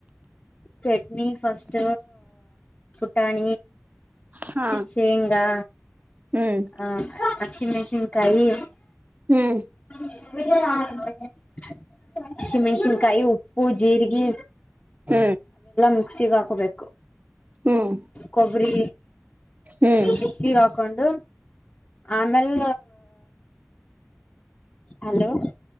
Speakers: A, on the left (about 30°); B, on the right (about 35°).
A: ಸ ಚಿಟ್ <unintelligible> ನೀ ಫಸ್ಟ್ ಕುುಟಾಣ
B: ಹಾ
A: ಸೇಂಗಾ
B: ಹ್ಮ್
A: ಹ <unintelligible> ಹಸಿ ಮೆಣ್ಸಿನ್ ಕಾಯಿ
B: ಹ್ಮ್
A: <unintelligible> ಹಸಿಮೆಣಸಿನಕಾಯಿ ಉ ಪ್ಪು ಜಿರಿಗಿ
B: ಹ್ಮ್
A: ಮಿಕ್ಸಿಗ್ ಹಾಕೋಬೇಕು.
B: ಹ್ಮ್.
A: ಕೊಬ್ಬರಿ
B: ಹ್ಮ್
A: ಮಿಕ್ಸಿಗ್ ಹಾ ಕಂಡು ಆಮೇಲೆ, ಹಲೋ